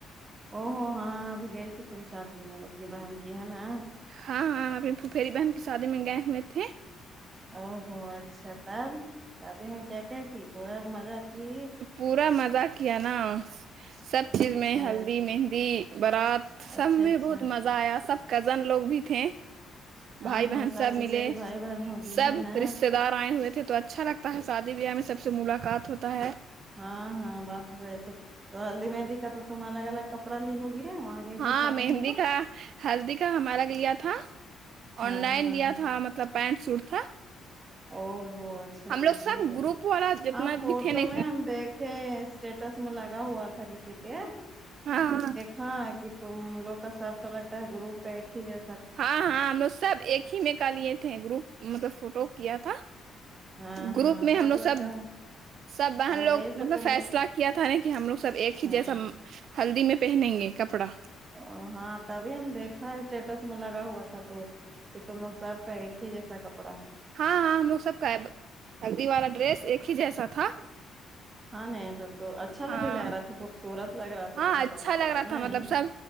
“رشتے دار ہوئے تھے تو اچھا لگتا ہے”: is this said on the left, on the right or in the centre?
Right